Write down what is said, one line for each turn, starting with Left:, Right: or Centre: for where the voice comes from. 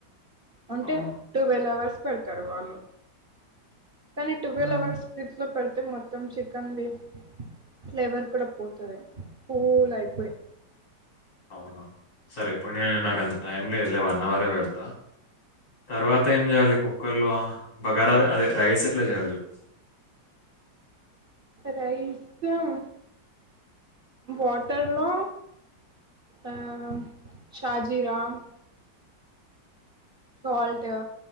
Right: అంటే
Left: అవును
Right: టువెల్ అవర్స్ పెడ్తరు వాళ్ళు కానీ ట్వెల్వ్
Left: మ్మ్.
Right: అవర్స్ ఫ్రిడ్జ్ లో పెడితే మొత్తం చికెన్ది ఫ్లేవర్ కూడా పోతది కూల్ అయిపోయి
Left: అవునా సరే ఇప్పుడ్ నేను నాకంత టైమ్ లేదులే వన్ అవరే పెడ్తా. తర్వాత ఏం చేయాలి కుక్కర్లో బగార అదే రైస్ ఎట్లా చేయాలి చెప్
Right: రైస్ లేవ్ వాటర్లో ఆ షాజిరామ్ సాల్ట్,